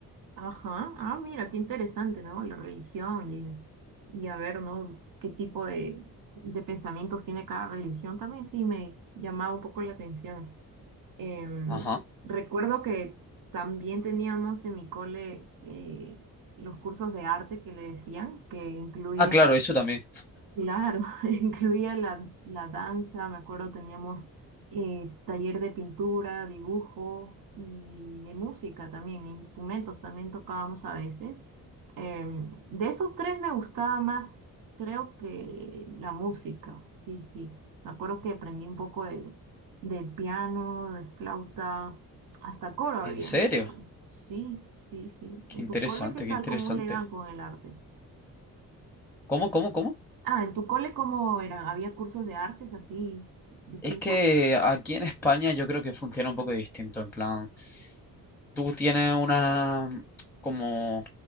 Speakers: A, on the right; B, in the centre.
A: Ajá, ah, mira, qué interesante, ¿no? La religión y, y a ver, ¿no? ¿Qué tipo de, de pensamientos tiene cada religión? También sí me llamaba un poco la atención. Em,
B: Ajá.
A: recuerdo que también teníamos en mi cole eh, los cursos de arte que le decían, que incluían
B: Ah, claro, eso también.
A: Claro, <laughs> incluía la, la danza, me acuerdo teníamos eh, taller de pintura, dibujo y de música también, instrumentos también tocábamos a veces. Em, de esos tres me gustaba más, creo que la música, sí, sí. Me acuerdo que aprendí un poco de, del piano, de flauta, hasta coro había.
B: ¿En serio?
A: me acuerdo. Sí, sí, sí.
B: Qué
A: ¿En
B: interesante,
A: tu cole qué tal?
B: qué interesante.
A: ¿Cómo le dan con el arte?
B: ¿Cómo, cómo, cómo?
A: Ah, ¿en tu cole cómo eran? ¿Había cursos de artes así distintos?
B: Es que aquí en España yo creo que funciona un poco distinto, en plan, tú tienes una como